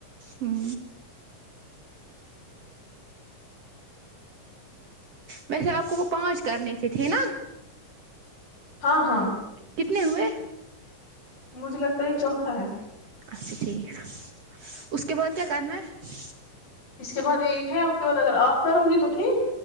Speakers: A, on the right (about 55°); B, on the left (about 85°).
A: ہوں ویسے آپ کو وہ پانچ کرنے تھے تھے نا
B: ہاں ہاں
A: کتنے ہوئے
B: مجھے لگتا یہ چوتھا ہے
A: اچھا ٹھیک ا <unintelligible> کے بعد کیا کرنا ہے
B: اس کے بعد ایک ہے اس کے بعد اگر آپ کرو گی تو ٹھیک